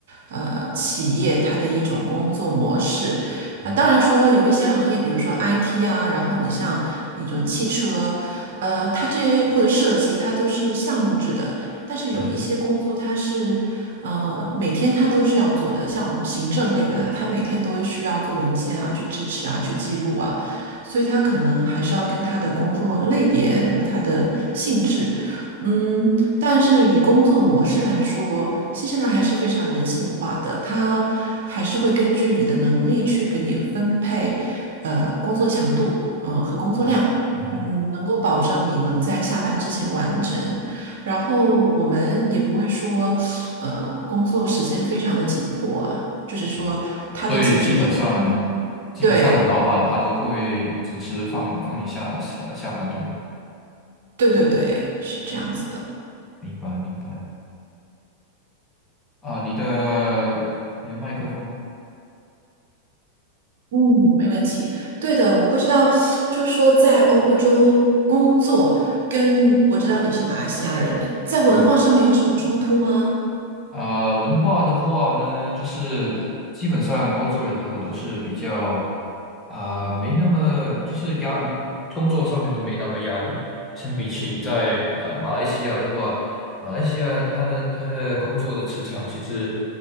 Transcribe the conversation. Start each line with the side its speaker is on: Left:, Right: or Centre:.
Right: 呃企业它的一种工作模式啊、
Left: 嗯哼
Right: 当然说有一些行业，比如说 IT 啊，然后你像那种汽车，呃，它这或者设计，它都是项目制的。但是有一些工作，
Left: 嗯哼
Right: 它是呃每天它都是要做的，像行政类的，它每天都会需要做文件啊，去支持啊，去记录啊，所以它可能还是要跟它的工作类别和它的性质。嗯，但是以工作模式来说，新西兰还是非常人性化的，它还是会根据你的能力去给你分配，呃，工作强度，呃，和工作量，
Left: 嗯哼嗯哼，
Right: 嗯，能够保证你能在下班之前完成。然后我们也不会说，呃，工作时间非常的紧迫啊，就是说它的截止日期，
Left: 所以基本上基本上老板他都会准时放放你下下下班，
Right: 对，
Left: 对吗？
Right: 对对对，是这样子的。
Left: 明白明白啊，你的你的麦克风。
Right: 嗯，没对的，我不知道，就是说在欧洲工作，跟我知道你是马来西亚人，在文化上面有什么冲突吗？
Left: 对，啊、文化的话呢，就是基本上欧洲人他们都是比较啊、没那么就是压没工作上面都没那么压力，相比起在啊、马来西亚的话，马来西亚它的它的工作的磁场其实